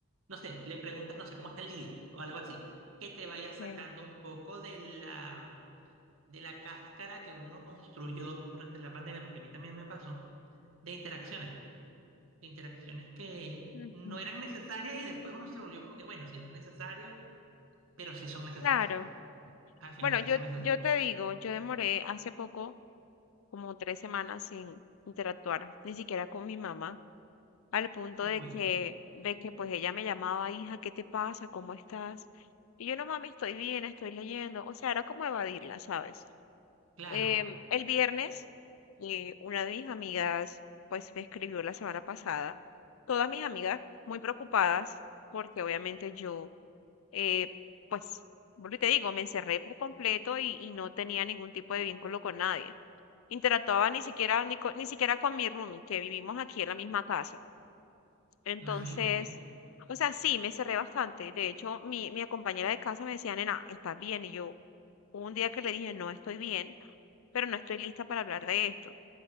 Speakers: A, on the right; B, on the left.
A: no sé, le preguntas, no sé, cómo está el día o algo así, que te vayas sacando
B: sí.
A: un poco de la, de la cáscara que uno construyó durante la pandemia, porque a mí también me pasó, de interacciones de interacciones que
B: Ujú,
A: no eran necesarias y después uno se volvió como que, bueno, si no es necesario, pero sí son necesarias.
B: Claro.
A: Al final
B: Bueno,
A: sí
B: yo,
A: son necesarias.
B: yo te digo, yo demoré hace poco como tres semanas sin interactuar, ni siquiera con mi mamá, al punto
A: Uy,
B: de que, de que pues ella me llamaba, hija, ¿qué te pasa? ¿Cómo estás? Y yo no, mami, estoy bien, estoy leyendo. O sea, era como evadirla, ¿sabes?
A: claro,
B: Em, el viernes, eh, una de mis amigas, pues me escribió la semana pasada, todas mis amigas muy preocupadas, porque obviamente yo, eh, pues, vuelvo y te digo, me encerré por completo y, y no tenía ningún tipo de vínculo con nadie. Interactuaba ni siquiera, ni, co- ni siquiera con mi roomie, que vivimos aquí en la misma casa. Entonces,
A: imagínate,
B: o sea, sí, me encerré bastante. De hecho, mi, mi compañera de casa me decía, nena, ¿estás bien? Y yo, hubo un día que le dije, no estoy bien pero no estoy lista para hablar de esto,